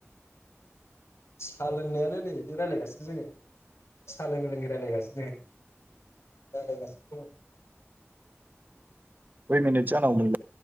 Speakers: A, on the left; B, on the right.
A: सा लोंनायानो नै बिदि रायलायगासिनो जोङो साहा लों लोङै रायलायगासिनो रायायगासिनो दं।
B: कै मिनिट जानांगौमोन